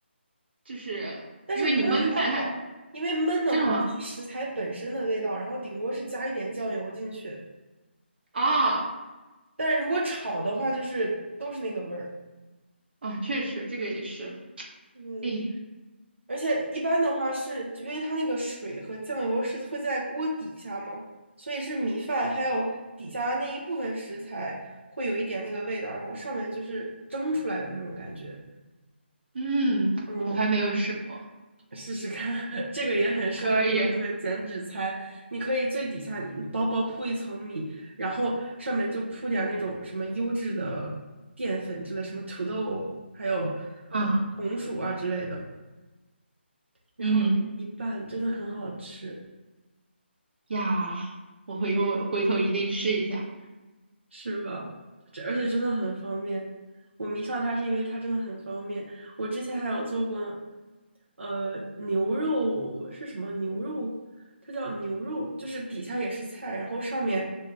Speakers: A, on the right; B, on the right.
A: 就是因为你焖饭它，
B: 但是焖还好，因为焖的话它是食材本身的味道，
A: 真的吗？
B: 然后顶多是加一点酱油进去。
A: 啊
B: 但是如果炒的话，就是都是那个味儿。
A: 啊，确实这个也是，
B: 嗯，
A: 诶，
B: 而且一般的话是因为它那个水和酱油是会在锅底下嘛，所以是米饭还有底下的那一部分食材会有一点那个味道，然后上面就是蒸出来的那种感觉。
A: 嗯，
B: 嗯，
A: 我还没有试过，
B: 试试看，<laughs> 这个也很适合做那个减脂餐。
A: 可以，
B: 你可以最底下薄薄铺一层米，然后上面就铺点那种什么优质的淀粉之类，什么土豆，还有
A: 啊，
B: 呃红薯啊之类的，然后一拌，
A: 嗯
B: 真的很好吃。
A: 呀，我回我回头一定试一下
B: 是吧？这而且真的很方便。我迷上它是因为它真的很方便。我之前还有做过，呃，牛肉是什么牛肉？它叫牛肉，就是底下也是菜，然后上面